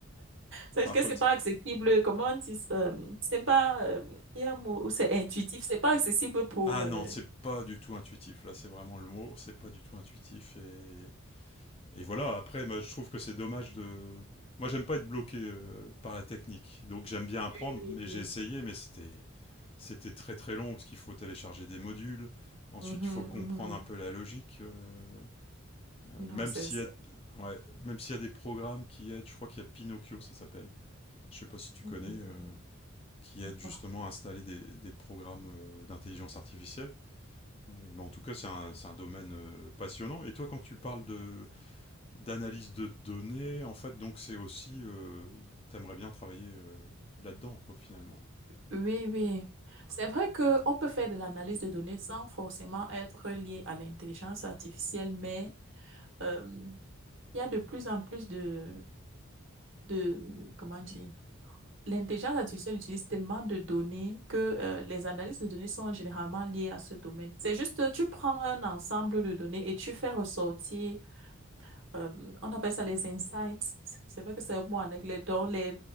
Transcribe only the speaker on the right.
C'est
que
c'est pas accessible. Comment on dit, euh, c'est pas, euh, il y a un mot où c'est intuitif. C'est pas accessible pour
euh,
Oui, oui,
oui.
Mhm,
mhm.
Non,
c'est,
c'est...
Mhm,
mhm.
Bah.
Oui, oui. C'est vrai qu'on peut faire de l'analyse de données sans forcément être lié à l'intelligence artificielle, mais euh, il y a de plus en plus de, de, comment dire, l'intelligence artificielle utilise tellement de données que euh, les analyses de données sont généralement liées à ce domaine. C'est juste, tu prends un ensemble de données et tu fais ressortir euh, on appelle ça les insights. C'est vrai que c'est un mot en anglais. Donc, les,